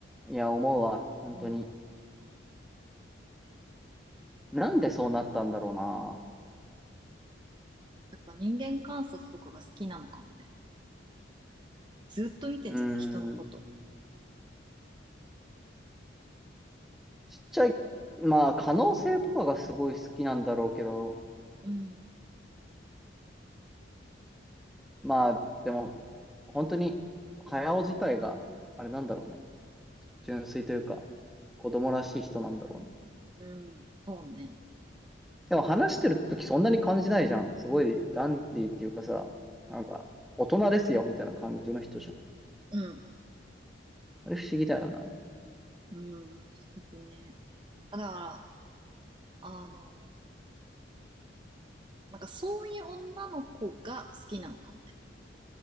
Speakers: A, in the centre; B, on the right.
A: いや、思うわ。本当に。
B: うん。
A: なんでそうなったんだろうな。
B: やっぱ人間観察とかが好きなのかもね。ずっと見てんじゃない人のこと。
A: うーん。ちっちゃい、まあ、可能性とかがすごい好きなんだろうけど、
B: うん。
A: まあ、でも、本当に、早尾自体が、あれなんだろうね。純粋というか、子供らしい人なんだろうね。
B: うん。そうね。
A: でも話してる時そんなに感じないじゃん。すごいダンディーっていうかさ、
B: うん。
A: なんか、大人ですよ、みたいな感じの人じゃん。
B: うん。
A: あれ不思議だよな。
B: うん。素敵ね。だから、あのーなんかそういう女の子が好きなのかもね。